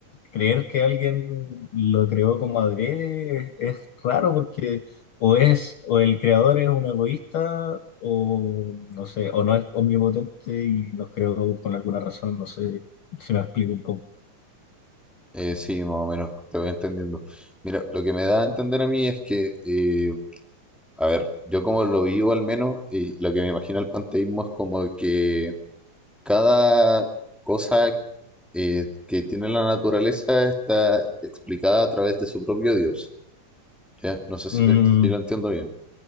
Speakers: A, on the left (about 70°); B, in the centre.
A: creer que alguien lo creó como adrede es, es raro porque o es, o el creador es un egoísta, o no sé, o no es omnipotente y nos creó con alguna razón, no sé si me explico un poco.
B: Eh, sí, más o menos, te voy entendiendo. Mira, lo que me da a entender a mí es que, eh, a ver, yo como lo vivo al menos, y lo que me imagino el panteísmo es como que cada cosa eh, que tiene la naturaleza está explicada a través de su propio Dios. ¿Ya? No sé si,
A: Mm,
B: me- si lo entiendo bien.